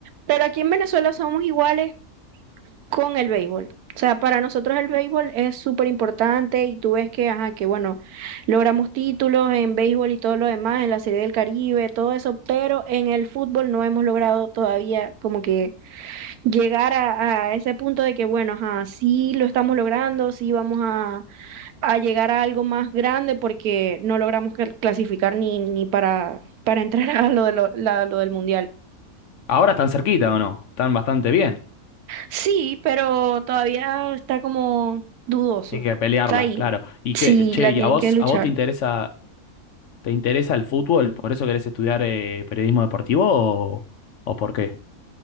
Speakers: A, on the right (about 85°); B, on the left (about 65°).
A: Pero aquí en Venezuela somos iguales con el béisbol. O sea, para nosotros el béisbol es súper importante y tú ves que, ajá, que bueno, logramos títulos en béisbol y todo lo demás, en la Serie del Caribe, todo eso, pero en el fútbol no hemos logrado todavía como que llegar a, a ese punto de que, bueno, ajá, sí lo estamos logrando, sí vamos a, a llegar a algo más grande porque no logramos cl- clasificar ni, ni para, para entrar <laughs> a lo de lo la- lo del Mundial.
B: Ahora están cerquita o no, están bastante bien.
A: Sí, pero todavía está como dudoso.
B: Tienen que pelearla,
A: Está ahí.
B: claro. Y
A: Sí,
B: cre- che,
A: la
B: ¿y
A: tienen
B: a vos,
A: que luchar.
B: a vos te interesa, te interesa el fútbol? ¿Por eso querés estudiar eh, periodismo deportivo o, o por qué?